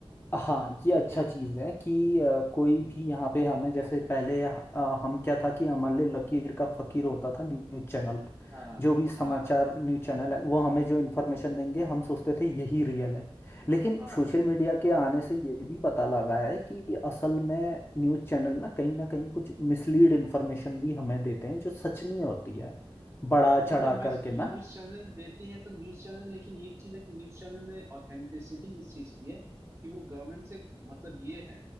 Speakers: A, on the left; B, on the right.
A: हाँ ये अच्छा
B: ठीक है
A: चीज़ है कि अ, कोई भी यहाँ पे हमें जैसे पहले अ, हम क्या था कि हमारे लकीर का फकीर होता था न्यूज़ चैनल
B: हाँ
A: जो भी समाचार
B: हाँ
A: न्यूज़ चैनल है वो हमें जो इन्फॉर्मेशन देंगे हम सोचते थे यही रियल है लेकिन
B: हाँ
A: सोशल मीडिया के आने से ये भी पता लगा है कि असल में न्यूज़ चैनल ना कहीं ना कहीं कुछ मिसलीड इन्फॉर्मेशन भी हमें देते हैं जो सच नहीं होती है बड़ा चढ़ा
B: नहीं तो न्यूज
A: करके
B: न्यूज
A: ना
B: चैनल देती है तो न्यूज चैनल में लेकिन एक चीज है कि न्यूज चैनल में ऑथेंटिसिटी इस चीज की है कि वो गवर्नमेंट से मतलब ये है